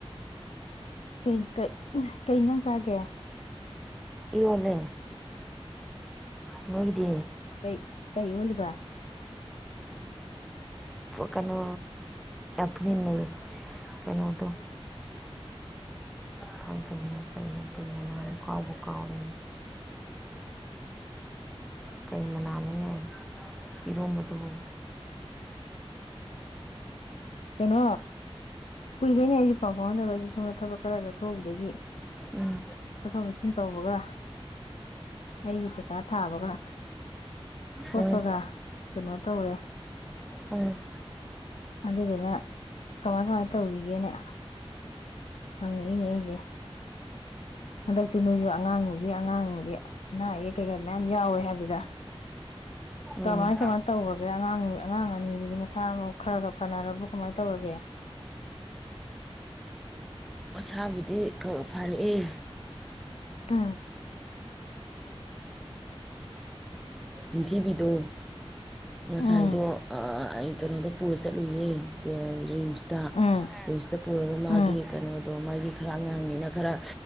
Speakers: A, on the left; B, in the centre.
A: ꯀꯩ ꯀꯩ ꯀꯩ ꯉꯪ ꯆꯥꯒꯦ
B: ꯌꯣꯂꯦ ꯅꯣꯏ ꯀꯗꯤ
A: ꯀꯩ ꯀꯩꯔꯣꯂꯤꯕ
B: ꯀꯩꯅꯣ ꯄꯨꯃꯤꯟꯅꯩꯌꯦ ꯀꯩꯅꯣꯗꯣ ꯈꯪ ꯀꯩ ꯀ ꯂꯅꯥ ꯀꯥꯎ ꯀꯥꯅꯦ
A: ꯑꯍ
B: ꯀꯩ ꯃꯅꯥꯅꯣꯅꯦ ꯏꯔꯣꯝꯕꯗꯨꯕꯨ
A: ꯀꯩꯅꯣ ꯀꯨꯏꯗꯣꯏꯅꯦ ꯑꯩꯁꯨ ꯄꯥꯎ ꯐꯥꯎꯅꯗꯕ ꯑꯩꯁꯨ ꯁꯣꯝꯗ ꯊꯕꯛ ꯈꯔ ꯆꯠꯊꯣꯛꯎꯕꯗꯒꯤ
B: ꯎꯝ
A: ꯆꯠꯊꯣꯛ ꯆꯠꯁꯤꯟ ꯇꯧꯕꯒ ꯑꯩꯒꯤ ꯄꯩꯈꯥ ꯊꯥꯕꯒ ꯀꯣꯠꯄꯒ
B: ꯎꯝ
A: ꯀꯩꯅꯣ ꯇꯧꯔꯦ
B: ꯎꯝ
A: ꯑꯗꯨꯗꯨꯅ ꯀꯃꯥꯏ ꯀꯃꯥꯏ ꯇꯧꯔꯤꯒꯦꯅꯦ ꯍꯪ ꯍꯖꯦ ꯍꯟꯗꯛꯇꯤ ꯅꯣꯏꯁꯨ ꯑꯉꯥꯡ ꯅꯨꯨꯕꯤ ꯑꯉꯥꯡ ꯅꯨꯨꯕꯤ ꯑꯅꯥ ꯑꯌꯦꯛ ꯀꯩꯀꯥ ꯃꯌꯥꯝ ꯌꯥꯎꯋꯦ ꯍꯥꯏꯕꯗ
B: ꯎꯝ
A: ꯀꯃꯥꯏ ꯀꯃꯥꯏꯅ ꯇꯧꯈꯒꯦ ꯑꯉꯥꯡ ꯑꯉꯥꯡ ꯑꯅꯤꯗꯨꯒꯤ ꯃꯁꯥ ꯃꯎ ꯈꯔꯒ ꯐꯅꯔꯕ ꯀꯃꯥꯏꯅ ꯇꯧꯔꯒꯦ
B: ꯑꯣꯁꯥꯕꯨꯗꯤ ꯐꯥꯔꯛꯑꯦ
A: ꯑꯝ
B: ꯄ꯭ꯊꯤꯕꯤꯗ ꯉꯁꯥꯏꯗꯣ
A: ꯎꯝ
B: ꯑ ꯀꯧꯣꯗ ꯄꯨꯂꯤꯁ ꯂꯨꯏ ꯔꯤꯝꯁꯇ
A: ꯎꯝ
B: ꯔꯤꯝꯁꯇ ꯄꯨꯔꯒ ꯃꯥꯒꯤ
A: ꯎꯝ
B: ꯀꯩꯅꯣꯗꯣ ꯃꯥꯒꯤ ꯈꯔ ꯑꯉꯥꯡꯅꯤꯅ ꯈꯔ